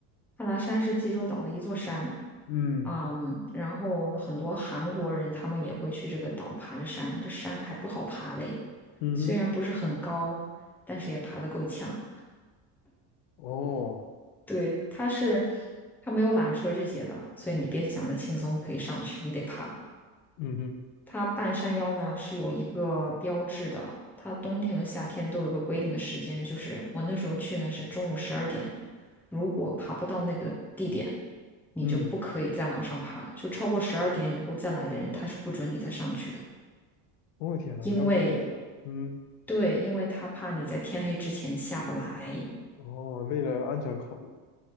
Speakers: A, in the centre; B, on the left.
A: 汉拿山是济州岛的一座山，
B: 嗯
A: 嗯，然后很多韩国人他们也会去这个岛爬着山，这山还不好爬嘞，
B: 嗯哼，
A: 虽然不是很高，但是也爬得够呛。
B: 哦，
A: 对，它是它没有缆车这些的，所以你别想着轻松可以上去，你得爬。
B: 嗯哼，
A: 它半山腰呢是有一个标志的，它冬天和夏天都有一个规定的时间，就是我那时候去呢是中午十二点，如果爬不到那个地点，你就不可以再往上爬了，
B: 嗯
A: 就超过十二点以后再来的人，他是不准你再上去的，
B: 我、天呐，
A: 因为
B: 要求这么严。嗯，
A: 对，因为他怕你在天黑之前下不来，
B: 哦，为了安全考虑，